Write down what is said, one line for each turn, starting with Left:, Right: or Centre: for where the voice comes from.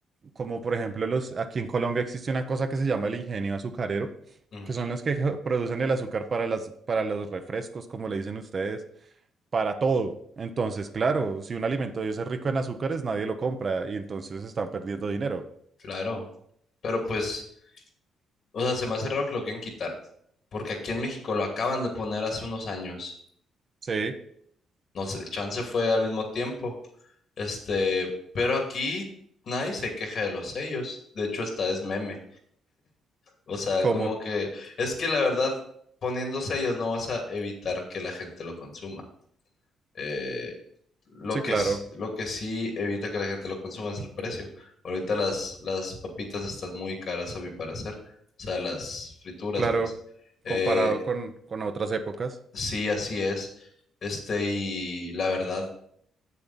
Right: como por ejemplo los, aquí en Colombia existe una cosa que se llama el ingenio azucarero,
Left: Mm,
Right: que son los que <laughs> producen el azúcar para las, para los refrescos, como le dicen ustedes, para todo. Entonces, claro, si un alimento de ese es rico en azúcares, nadie lo compra y entonces están perdiendo dinero.
Left: claro, pero pues, o sea, se me hace raro que lo quieran quitar, porque aquí en México lo acaban de poner hace unos años.
Right: Sí,
Left: No sé, chance fue al mismo tiempo, Este, pero aquí nadie se queja de los sellos. De hecho, hasta es meme. O sea,
Right: ¿cómo?
Left: como que es que la verdad, poniendo sellos no vas a evitar que la gente lo consuma. Eh, lo
Right: Sí,
Left: que,
Right: claro.
Left: s- lo que sí evita que la gente lo consuma es el precio. Ahorita las, las papitas están muy caras a mi parecer. O sea, las frituras,
Right: Claro,
Left: pues. Eh,
Right: comparado con, con otras épocas.
Left: sí, así es. Este, y la verdad,